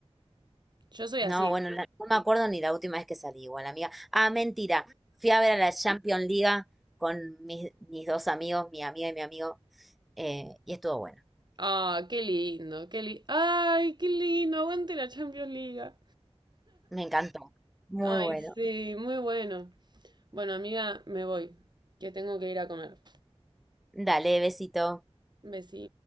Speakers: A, on the right; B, in the centre.
A: Yo soy así.
B: No, bueno, la- no me acuerdo ni la última vez que salí igual, amiga. Ah, mentira. Fui a ver a la Champions League con mis, mis dos amigos, mi amiga y mi amigo, eh, y estuvo bueno.
A: Ah, qué lindo, qué lindo. Ay, qué lindo, aguante la Champions League.
B: Me encantó. Muy
A: Ay,
B: bueno.
A: sí, muy bueno. Bueno, amiga, me voy, que tengo que ir a comer.
B: Dale, besito.
A: Besí.